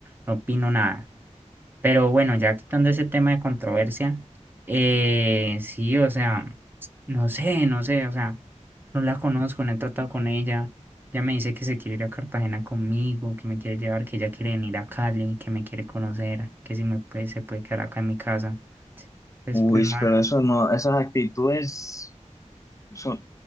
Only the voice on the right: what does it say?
no opino nada. Pero bueno, ya quitando ese tema de controversia, eh, sí, o sea, no sé, no sé, o sea, no la conozco, no he tratado con ella. Ya me dice que se quiere ir a Cartagena conmigo, que me quiere llevar, que ella quiere venir a Cali, que me quiere conocer, que si me puede, se puede quedar acá en mi casa. Pues,
pues, mano.